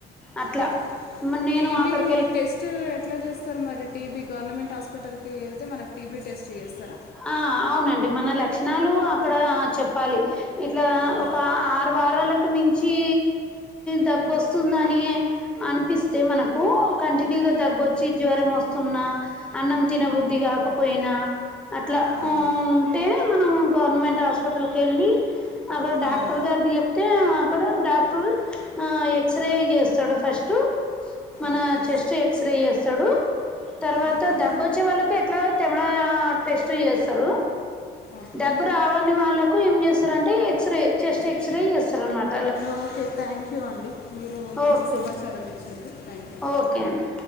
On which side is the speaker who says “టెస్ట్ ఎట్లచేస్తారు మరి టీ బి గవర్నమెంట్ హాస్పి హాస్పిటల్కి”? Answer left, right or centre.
Left